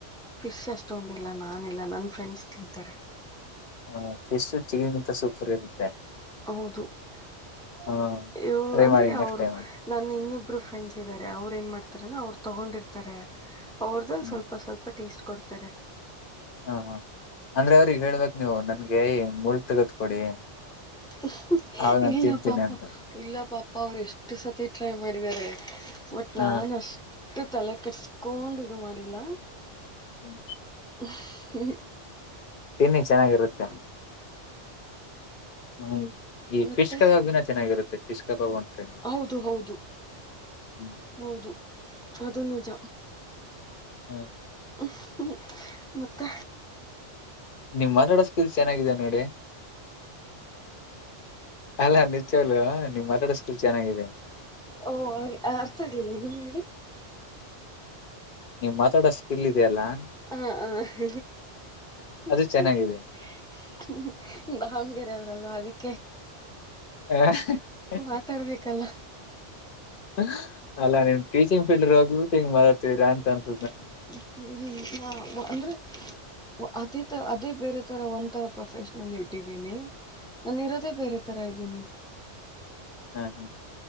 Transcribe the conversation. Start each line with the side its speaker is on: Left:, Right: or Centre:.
Centre: ಫಿಶ್ ಅಷ್ಟೊಂದಿಲ್ಲ ನಾನ್ ಇಲ್ಲ ನನ್ ಫ್ರೆಂಡ್ಸ್ ತಿಂತಾರೆ.
Left: ಹ ಫಿಶ್ಶು ಚಿಕನ್ಗಿಂತ ಸೂಪರ್ ಇರುತ್ತೆ.
Centre: ಹೌದು <inaudible>
Left: ಹ
Centre: ಯೂ
Left: ಟ್ರೈ
Centre: ಅಂದ್ರೆ
Left: ಮಾಡಿ ನೆಕ್ಸ್ಟ್
Centre: ಅವ್ರು
Left: ಟೈಮ್
Centre: ನಾನ್ ಇನ್ನಿಬ್ ಇಬ್ರು ಫ್ರೆಂಡ್ಸ್ ಇದ್ದಾರೆ ಅವ್ರು ಏನ್ ಮಾಡ್ತಾರೆ ಅವ್ರು ತಗೊಂಡಿರ್ತಾರೆ ಅವ್ರ್ದ್ರಲ್
Left: ಹ್ಮ್
Centre: ಸ್ವಲ್ಪ ಸ್ವಲ್ಪ ಟೇಸ್ಟ್ ಕೊಡ್ತರೆ.
Left: ಹ ಹಾ ಅಂದ್ರೆ ಅವ್ರಿಗ್ ಹೇಳ್ಬೇಕ್ ನೀವು ನಮ್ಗೇ ಇ ಮೂಳ್ ತೆಗೆದ್ ಕೊಡಿ.
Centre: ಹ್ ಹ್
Left: ಅವಾಗ ನಾನ್
Centre: ಇಲ್ಲ
Left: ತಿಂತೀನಿ
Centre: ಪಾಪ
Left: ಅಂತ
Centre: ಇಲ್ಲ ಪಾಪ ಅವ್ರ ಎಷ್ಟು ಸತಿ. ಟ್ರೈ ಮಾಡಿದ್ದಾರೆ ಬಟ್
Left: ಹ
Centre: ನಾನು ಅಷ್ಟು ತಲೆ ಕಟ್ಸ್ಕೋನ್ಡ್ ಇದು ಮಾಡಿಲ್ಲ.
Left: ಹ
Centre: <unintelligible>
Left: ತಿನ್ನಿ ಚೆನ್ನಾಗಿರುತ್ತೆ. ಹ ಇ ಈ
Centre: ಮತ್ತೆ
Left: ಫಿಶ್ ಕಬಾಬ್ ಇನ್ನ ಚೆನ್ನಾಗಿರುತ್ತೆ ಫಿಶ್ ಕಬಾಬ್ ಒಂದ್ ಟ್ರೈ ಮಾಡಿ.
Centre: ಹೌದು ಹೌದು
Left: ಹ್ಮ್.
Centre: ಹೌದು ಅದು ನಿಜ.
Left: ಹಾ.
Centre: <unintelligible> ಮತ್ತೆ.
Left: ನಿಮ್ ಮಾತಾಡ ಸ್ಕಿಲ್ಸ್ ಚೆನ್ನಾಗಿದೆ ನೋಡಿ. ಅಲ್ಲ ನಿಚ್ಚಾಲ್ಲೂ ನೀವ್ ಮಾತಾಡ ಸ್ಕೀಲ್ ಚೆನ್ನಾಗಿದೆ.
Centre: ಓ ಅವ್ರಿ ಆರ್ಥ ಆಗ್ಲಿಲ್ಲ ಇನ್ನೊಮ್ಮೇಳಿ.
Left: ನೀಮ್ ಮಾತಾಡೋ ಸ್ಕಿಲ್ ಇದೆಯಲ್ಲಾ.
Centre: ಹ ಹ. <unintelligible> <unintelligible>
Left: ಅದು ಚೆನ್ನಾಗಿದೆ.
Centre: ಬಾವನ್ಗೆರೆ ಅವ್ರಲ್ವಾ ಅದಿಕ್ಕೆ.
Left: ಏಹ್ <unintelligible> ಹ.
Centre: ಮಾತಾಡ್ಬೇಕಲ್ಲ
Left: ಹ್ ಅಲ್ಲ ನೀಮ್ ಟೀಚಿಂಗ್ ಫೀಲ್ಡ್ ಇರೋಗೂ ಹೋಗ್ಬಿಟ್ಟು ಹಿಂಗ್ ಮಾತಾಡ್ತೀದಿರಾ ಅಂತ ಅನ್ಸ್
Centre: <unintelligible> ಒ ಅದೇ ತ ಅದೇ ಬೇರೆ ತರ ಒಂತರ ಪ್ರೊಫೆಷ್ನಲ್ ಇಟ್ಟಿದಿನೀ. ನಾನು ಇರೋದೆ ಬೇರೆ ತರ ಇದ್ದೀನಿ.
Left: ಹ ಹ